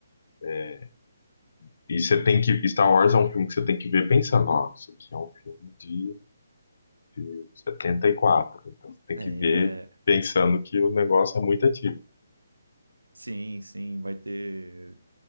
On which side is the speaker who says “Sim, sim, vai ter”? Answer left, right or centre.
Right